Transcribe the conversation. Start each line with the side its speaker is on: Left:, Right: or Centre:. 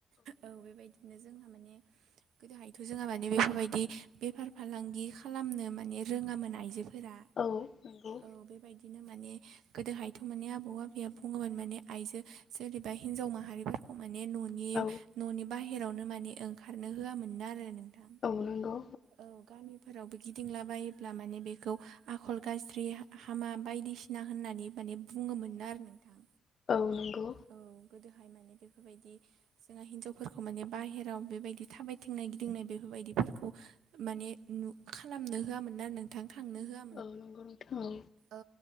Right: औ बेबायदिनो जोंहा माने गो दहायथ' जोंहा माने बेफोरबायदि बेफार फालांगि खालामनो माने रोङामोन आइजोफोरा
Left: औ नंगौ
Right: औ बेबायदिनो माने गोदोहायथ' माने आबौ आबैया बुङोमोन माने आइजो सोरनिबा हिनजाव माहारिफोरखौ माने नु नि
Left: औ
Right: न'नि बाहेरावनो माने ओंखारनो होआमोननो आरो नोंथां
Left: औ नांगौ
Right: औ गामिफोरावबो गिदिंला बायोब्ला माने बेखौ आखल गाज्रि हामा बायदिसिना होननानै माने बुङोमोनो आरो नोंथां।
Left: औ नंगौ।
Right: औ गोदोहाय माने बेफोरबायदि जोंहा हिन्जावफोरखौ माने बाहेराव बेबायदि थाबायथिंनाय गिदिंनाय बेफोरबायदिफोरखौ माने नु खालामनो होआमोनो नोंथां थांनो होआ
Left: औ नंगौ नोंथां औ
Right: औ